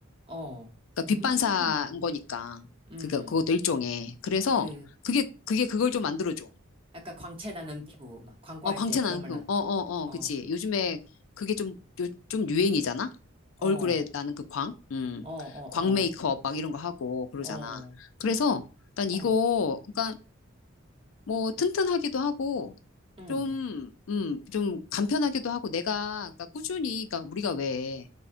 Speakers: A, on the right; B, on the left.
A: 어.
B: 그러니까
A: 음.
B: 빛반사인 거니까
A: 음.
B: 그게 그것도 일종의. 그래서
A: 그
B: 그게 그게 그걸 좀 만들어줘.
A: 약간 광채 나는 피부 막 광고할
B: 어 광채
A: 때 그런
B: 나는
A: 말
B: 그
A: 나.
B: 어 어
A: 어.
B: 어 그치. 요즘에 그게 좀 요- 좀 유행이잖아.
A: 어.
B: 얼굴에
A: 어.
B: 나는 그 광, 음,
A: 어.
B: 광 메이크업 막 이런 거 하고 그러잖아.
A: 어. 어.
B: 그래서 난
A: 어.
B: 이거, 그러니까 뭐 튼튼하기도 하고
A: 음.
B: 좀, 음, 좀 간편하기도 하고 내가 그러니까 꾸준히 그러니까 우리가 왜